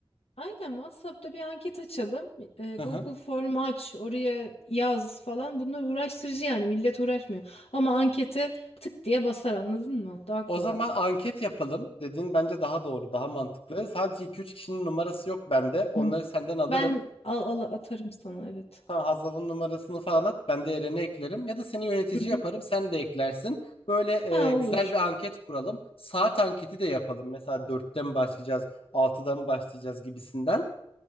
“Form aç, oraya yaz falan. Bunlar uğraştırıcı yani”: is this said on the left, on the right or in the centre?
Left